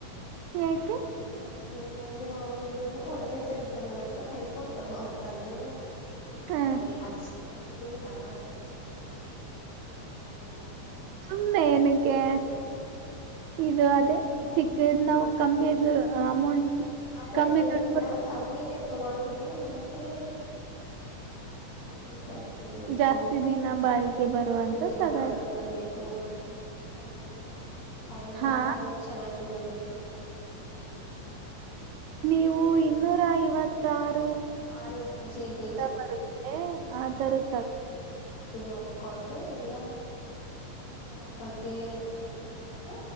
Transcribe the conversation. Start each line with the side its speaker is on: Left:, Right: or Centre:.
Right: ಯಾಕೆ
Left: ಹಾ ಗೆಳೆಯರು ಎಲ್ಲನು ಒಂದೇ ಸರಿ ತಗೊಳ್ಳೋದು ಐಫೋನ್ ತಗೋ ಅಂತ್. ತಂದರು
Right: ಹ
Left: ಸರಿ ಅಷ್ಟೊಂದು. ಇತ್ತು ಹಣ ಖರ್ಚು ಮಾಡಿ ತಕೊಳೋದ್ ಕ್ಕೆ ಅಷ್ಟೊಂದಿಲ್ಲ
Right: ಇಲ್ಲ ಏನಿಕ್ ಕ್ಕೆ
Left: ಅದೇ
Right: ಇದು ಅದೇ. ಚಿಕ್ಕ ಇದ್ ನಾವು ಕಮ್ಮಿ ಇದು ಅಮೌಂಟ್.
Left: ಆದರೆ
Right: ಕಮ್ಮಿ
Left: ಏನಿಲ್ಲ
Right: ದುಡ್ಡು
Left: ಕಮ್ಮಿನೇ ತಗೊಂಡ್. ಅದರಲ್ಲೂ ನನಗೆ ಸ್ಟೋರೇಸಸ್. ತರ್ಬೇಕು
Right: ಕೊಟ್ಟು ಜಾಸ್ತಿ ದಿನ ಬಾಳಿಕೆ ಬರುವಂತ
Left: ಜಾಸ್ತಿ ದಿನ
Right: ತಗೊಂಡು
Left: ಬಳಕೆ ಬರ್ಬೇಕು ಮತ್. ಮತ್ತೆ ಚಿತ್ರಗಳು ಛಾಯಾಗ್ರಹಗಳೇ
Right: ಹಾ
Left: ಚೆನ್ನಾಗಿರಬೇಕು.
Right: ನೀವು ಇನ್ನೂರ ಐವತ್ತಾರ್.
Left: ಆರು ಜಿಬಿದು
Right: ಬರುತ್ತೆ
Left: ಹಾ
Right: ಆ ತರದ್ ತಗೋ
Left: ಅದ್. ಇದು ನೋಡಕೊಂಡು ಎಲ್ಲ ಅದರ ಬಗ್ಗೆ ತಿಳಿದುಕೊಂಡು.